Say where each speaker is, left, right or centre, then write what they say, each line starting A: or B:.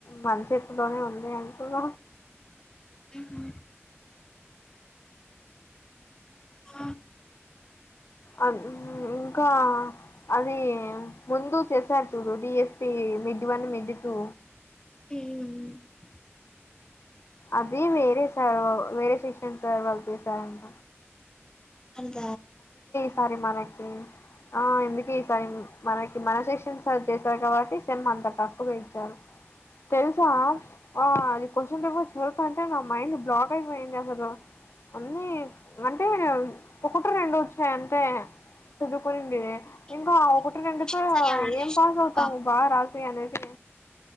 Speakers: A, on the left; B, on the left.
A: మన చేతిలోనే ఉంది అంటూన్న
B: మ్ హు ఆ
A: అ ఇంకా అది ముందు చేసారు చూడు DSP mid one mid two
B: మ్
A: అది వేరే సార్ వేరే సేషన్ సార్ వాళ్ళు చేశారంట
B: అద
A: సారి మనకి ఆ ఎందుకే ఈసారి మనకి మన సెక్షన్ సర్ చేశారు కాబట్టి సేమ్ అంత టఫ్ గా ఇచ్చారు తెలుసా ఆ అది క్వశ్చన్ పేపర్ చదువుతంటే నా మైండ్ బ్లాక్ అయిపోయింది అసలు అన్నీ అంటే ఒకటి రెండు వచ్చాయి అంతే చదువుకోనింటిమీ
B: ఈ
A: ఇంకా అ ఒకటి
B: ఈ
A: రెండితో
B: క్వశ్చన్స్ అన్ని యాడ
A: ఏం
B: చూసినాం
A: పాస్
B: రా
A: అవుతాము
B: బాబు
A: బాగా రాసి అనేసి